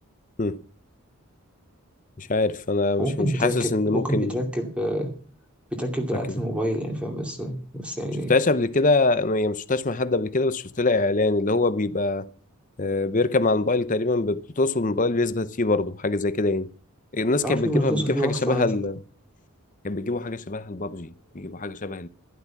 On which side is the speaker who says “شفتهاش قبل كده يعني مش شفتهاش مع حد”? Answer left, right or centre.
Left